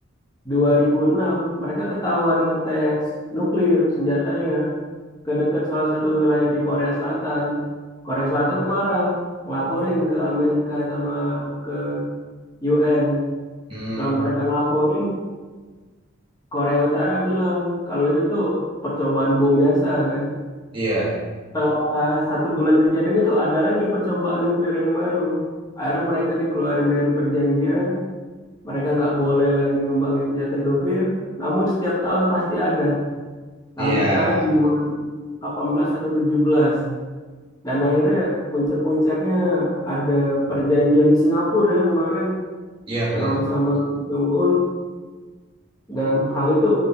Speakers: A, on the left; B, on the right.
A: 2006 mereka ketahuan ngetes nuklir senjatanya ke dekat salah satu wilayah di Korea Selatan. Korea Selatan marah, ngelaporin ke Amerika sama ke UN.
B: mmm,
A: Setelah mereka ngelaporin, Korea Utara bilang kalau itu tuh percobaan bom biasa kan.
B: iya
A: setelah eh, satu bulan kejadian itu ada lagi percobaan nuklir yang baru. Akhirnya mereka dikeluarin dari perjanjian, mereka nggak boleh lagi ngembangin senjata nuklir, namun setiap tahun pasti ada,
B: iya
A: sampai terakhir di 2018 atau 17. Dan akhirnya puncak-puncaknya ada perjanjian di Singapura ya kemarin,
B: iya perjanjian.
A: Trump sama Kim Jong-un, dan hal itu